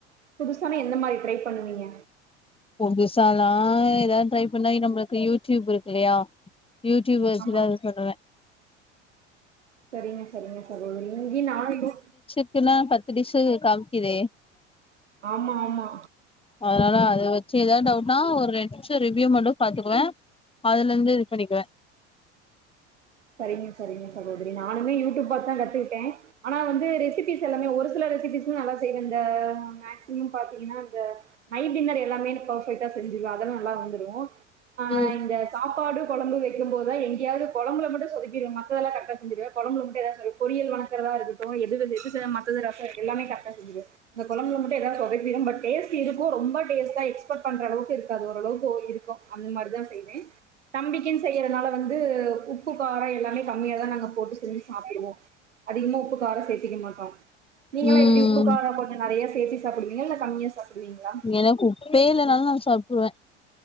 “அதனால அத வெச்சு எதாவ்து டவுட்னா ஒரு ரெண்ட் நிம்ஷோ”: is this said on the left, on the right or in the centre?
Left